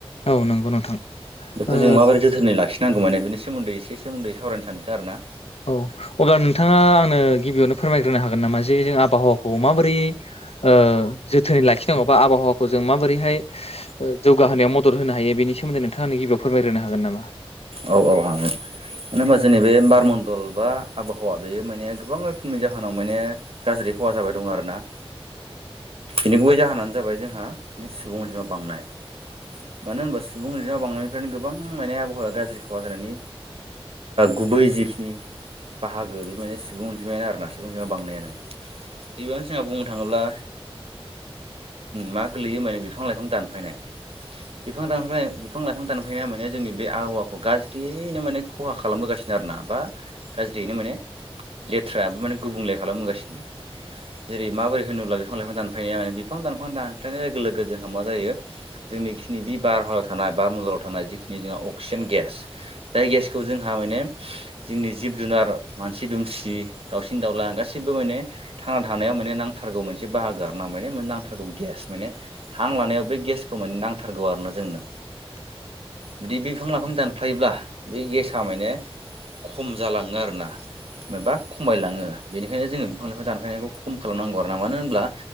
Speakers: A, on the left; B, on the right.
A: औ नंगौ नोंथां।
B: बेखौ
A: ओ
B: जों माबोरै जोथोनै लाखिनांगौ माने बेनि सोमोन्दै एसे सोमोन्दै सावरायनो सानदों आरो ना।
A: औ अब्ला नोंथाङा आंनो गिबियावनो फोरमायग्रोनो हागोन नामा जे जों आबहावाखौ माबोरै ओ जोथोनै लाखिनांगौ बा आबहावाखौ जों माबोरैहाय जौगाहोनायाव मदद होनो हायो। बेनि सोन्दै नोंथांमोन गबियाव फोरमानो होन नामा?
B: औ औ नंगौ। मानो होनबा जोंनि बे बारमडल बा आबहावा बेयो माने गोबां रोखोमनि जाहोनाव माने गाज्रि खहा जाबाय दं आरो ना।
A: <inaudible>
B: बिनि गुबै जाहोनानो जाबाय जोंहा सुबुं अनजिमा बांनाय। मानो होनबा सुबुं बांनायनिफ्रायनो गोबां मानि आबहावाया गाज्रि खहा जानायनि गुबै जिखिनि। बाहागो बेबायदिनो सुबुं अनजिमायानो आरो ना सुबुं अनजिमाया बांनायानो। बेबानो जोंहा बुंनो थाङोब्ला। मा गोलैयो माने बिफां लाइफां दानफैनाय बिफां दान बिफां लाइफां दानफैनाया माने जोंनि बे आहावा गाज्रियैनो माने खहा खालामबोगासिनो आरोना बा गाज्रियैनो माने। लेथ्राबो माने गुबुंले खालामोगासिनो। जेरै माबोरै होनोब्ला बिफां लाइफां दानफायनाया माने बिफां दानफां दानफायनाय लोगो लोगो जोंहा मा जायो जोंनिखिनि बि बारहायाव थानाय बार मन्दलाव थानाय जिखिनि जोंहा अक्सिजेन गेस जाय गेसखौ जोंहा माने जोंनि जिब जुनार मानसि दुमसि दाउसिन दा दाउला गासिबो माने थांना थानायाव माने नांथारगौ मोनसे बाहागो आरोना माने नांथारगौ गेस माने - हां लानायाव बे गेसखौ माने नांथारगौ आरोना जोंनो।
A: <inaudible>
B: जुदि बे बिफां लाइफां दानफ्लायोब्ला बे गेस माने खम जालाङो आरोना। माबा खमायलाङो बेनिखायनो जोङो बिफां लाइफां दानफायनायखौ खम खालामनांगौ आरो ना मानो होनोब्ला